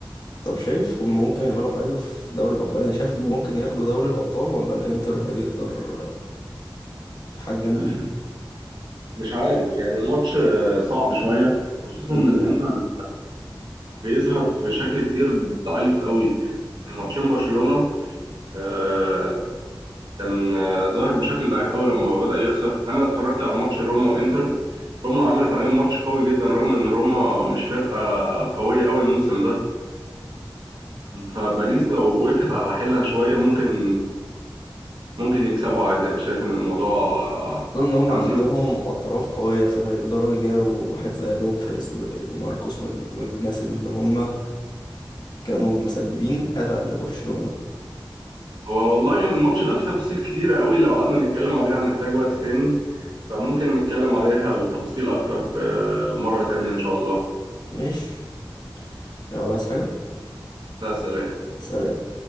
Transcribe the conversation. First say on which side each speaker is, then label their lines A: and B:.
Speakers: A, on the left; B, on the right.
A: طب شايف هم ممكن يعملوا حاجة في دوري الأبطال أنا شايف إن ممكن ياخدوا دوري الأبطال ولا الإنتر هيقدر يحجمهم
B: <clears throat> مش عارف يعني الماتش آه، صعب شوية خصوصا
A: مم.
B: إن الإنتر بيظهر في شكل كتير ضعيف قوي يعني ماتشين برشلونة آه، كان آه، ظاهر بشكل ضعيف قوي لما بدأ يخسر انا اتفرجت على ماتش روما وانتر روما عملت عليهم ماتش قوي جدا رغم ان روما مش فرقة قوية قوي الموسم ده فباريس لو وقفت على حيلها شوية ممكن ممكن يكسبوا عادي انا شايف ان الموضوع
A: خصوصا ان هم
B: 50
A: عندهم اطراف قويه فهيقدروا يجاروا واحد زي دومفريز ودي ماركوس وال... والناس اللي هم كانوا مسببين قلق لبرشلونه
B: هو والله يعني الماتش ده فيه تفاصيل كتيرة قوي لو قعدنا نتكلم عليها هنحتاج وقت تاني فممكن نتكلم عليها بالتفصيل اكتر في آه، مرة تانية ان شاء الله
A: ماشي يلا عايز حاجه
B: ده سلام
A: سلام